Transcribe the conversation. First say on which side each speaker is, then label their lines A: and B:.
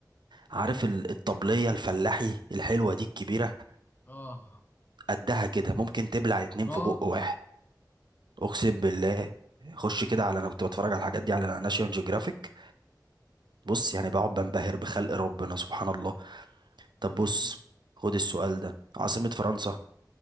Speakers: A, on the right; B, on the left.
A: عارف ال- الطبلية الفلاحي الحلوة دي الكبيرة
B: اه
A: قدها كده ممكن تبلع اتنين
B: رابع
A: في بق واحد أقسم بالله خش كده على أنا كنت بتفرج على الحاجات دي على ناشيونال جيوغرافيك بص يعني بقعد بنبهر بخلق ربنا سبحان الله طب بص
B: آه.
A: خد السؤال ده عاصمة فرنسا